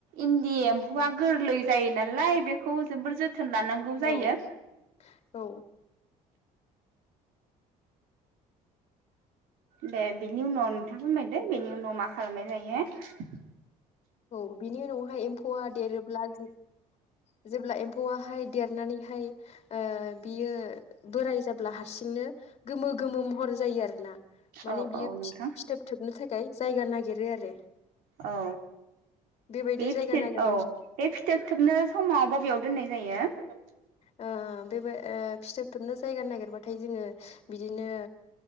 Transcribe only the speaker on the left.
औ
औ
औ बिनि उनावहाय एम्फौआ देरोब्ला जि जेब्ला एम्फौआहाय देरनानैहाय ओ बियो बोराय जाब्ला हारसिंनो गोमो गोमो महर जायो आरोना। माने
बियो
फि-फिथोब थोबनो था खाय जायगा नागिरो आरो।
बेबायदि
जायगा
नागिरनाय
ओ बेबाय फिथोब थोबनो जायगा नागिरबाथाय जोङो बिदिनो